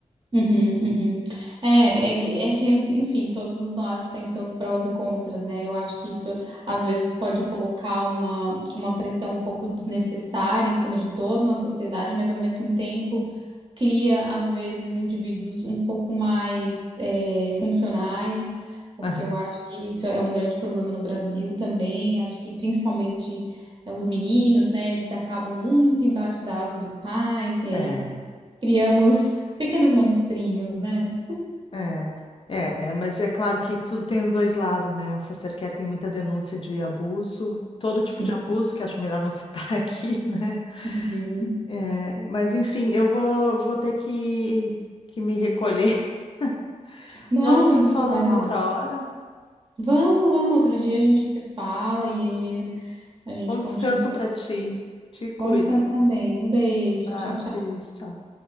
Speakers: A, on the right (about 40°); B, on the left (about 45°).
A: Uhum, uhum. É, é, é que, enfim, todos os lados têm seus prós e contras, né? Eu acho que isso às vezes pode colocar uma, uma pressão um pouco desnecessária em cima de toda uma sociedade, mas ao mesmo tempo cria, às vezes, indivíduos um pouco mais é, funcionais, porque
B: Aham.
A: eu acho que isso é um grande problema no Brasil também. Acho que principalmente. é, Os meninos, né? Eles acabam muito embaixo da asa dos pais, e aí
B: É,
A: Criamos pequenos monstrinhos, né?
B: é, é, é, mas é claro que tudo tem os dois lados, né? O foster care tem muita denúncia de abuso, todo tipo
A: Sim.
B: de abuso, que acho melhor não citar <laughs> aqui, né?
A: Uhum.
B: É, mas enfim, eu vou, vou ter que, que me recolher. <laughs>
A: Não,
B: Vamos
A: tranquilo,
B: nos falando
A: vai lá.
B: outra hora.
A: Vamos, vamos. Outro dia a gente se fala e aí a gente
B: Bom descanso
A: continua.
B: para ti. Te cuida.
A: Bom descanso também. Um beijo.
B: Abraço,
A: Tchau, tchau.
B: beijo, tchau.